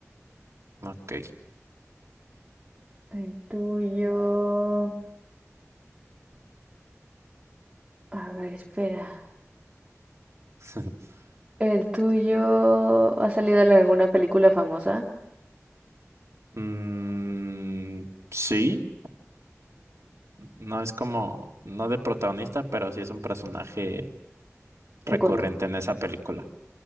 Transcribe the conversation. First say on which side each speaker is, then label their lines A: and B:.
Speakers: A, on the right (about 65°); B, on the right (about 15°).
A: Ok.
B: El tuyo... A ver, espera.
A: <laughs>
B: ¿El tuyo ha salido en alguna película famosa?
A: Mm, sí, no es como, no de protagonista, pero sí es un personaje recurrente
B: Segundo.
A: en esa película.